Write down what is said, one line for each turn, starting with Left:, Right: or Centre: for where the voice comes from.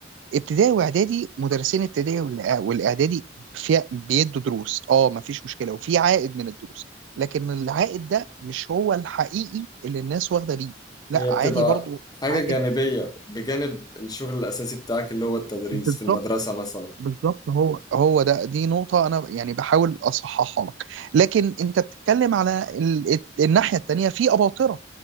Right: ابتدائي واعدادي مدرسين ابتدائي والإع- والاعدادي في بيدوا دروس اه ما فيش مشكله وفي عائد من الدروس لكن العائد ده مش هو الحقيقي اللي الناس واخده بيه لا
Left: هي بتبقى
Right: عادي برضو
Left: حاجة
Right: عائد
Left: جانبية بجانب الشغل الأساسي بتاعك اللي هو التدريس
Right: بالظبط
Left: في المدرسة مثلا
Right: بالظبط هو هو ده دي نقطة أنا يعني بحاول أصححها لك لكن أنت بتتكلم على ال- الناحية التانية في أباطرة